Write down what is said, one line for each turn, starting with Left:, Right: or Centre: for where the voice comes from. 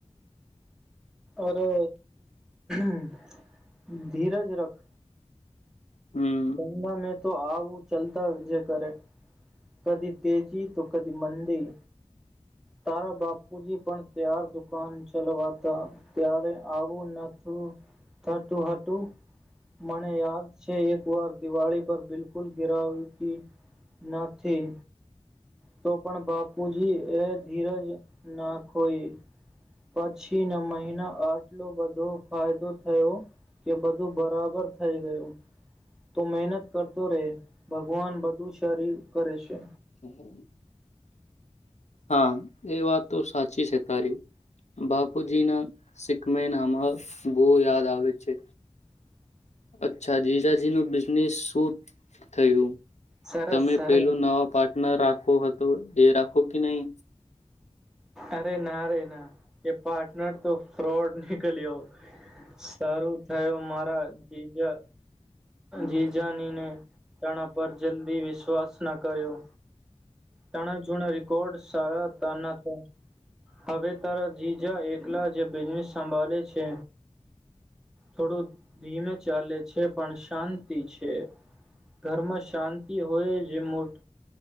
Centre: ઓરો <unintelligible> ધીરજ રખ
Left: હમ
Centre: ગંગા મેં તો આવ તુ ચાલતા જ કરે કદી તેજી તો કદી મંદી તારા બાપુજી પણ ત્યાર દુકાન ચલવાતા ત્યારે આવું નથું થતું હતું મને યાદ છે એક વાર દિવાળી પર બિલકુલ ગિરાવતી નથી. તો પણ બાપુજી એ ધીરજ ના ખોઈ પછીના મહિના આટલો બધો ફાયદો થયો કે બધું બરાબર થઈ ગયું તો મહેનત કરતો રે ભગવાન બધું શરીર કરે છે.
Left: <inaudible> હા એ વાત તો સાચી છે તારી બાપુજી ના શીખમે નામહ બો યાદ આવે છે અચ્છા જીજા જેનો બીજનેસ શુ થયું
Centre: સરસ
Left: તમે
Centre: સરસ
Left: પેલું નવા પાર્ટનર રાખ ખો હતો એ રાખો કે નઈ
Centre: અરે ના રે ના એ પાર્ટનર તો ફ્રોડ નિકલ્યો. સારું થયો મારા જીજા જીજાની ને તણા પર જલ્દી વિશ્વાસ ના કર્યો તાના જૂના રેકોડ્સ સારા <unintelligible> હવે તારા જીજા એકલા જે બિઝનેસ સંભાળે છે થોડું ધીમે ચાલે છે પણ શાંતિ છે ઘરમાં શાંતિ હોય જે મુ